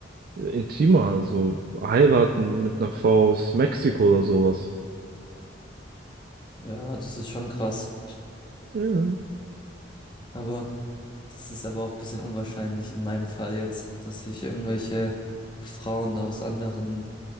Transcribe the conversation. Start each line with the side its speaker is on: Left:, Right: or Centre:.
Right: äh, intimer, also heiraten mit einer Frau aus Mexiko oder sowas.
Left: ja, das ist schon krass.
Right: Mhm.
Left: Aber das ist aber auch ein bisschen unwahrscheinlich in meinem Fall jetzt, dass ich irgendwelche Frauen aus anderen